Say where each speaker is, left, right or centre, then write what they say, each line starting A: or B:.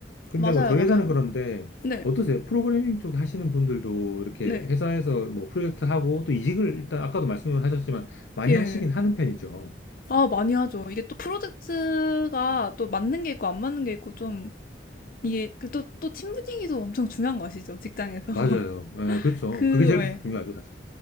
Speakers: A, on the left; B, on the left.
A: 근데
B: 맞아요,
A: 뭐 저희
B: 맞아요.
A: 회사는 그런데
B: 네,
A: 어떠세요? 프로그래밍 쪽 하시는 분들도 이렇게
B: 네,
A: 회사에서 뭐 프로젝트 하고 또 이직을 일단 아까도 말씀을 하셨지만 많이
B: 예.
A: 하시긴 하는 편이죠.
B: 아, 많이 하죠. 이게 또 프로젝트가 또 맞는 게 있고 안 맞는 게 있고 좀 이게 그 또, 또 팀 분위기도 엄청 중요한 거 아시죠? 직장에서.
A: 맞아요.
B: <laughs>
A: 예, 그렇죠.
B: 그,
A: 그게 제일
B: 왜.
A: 중요하죠, 사실.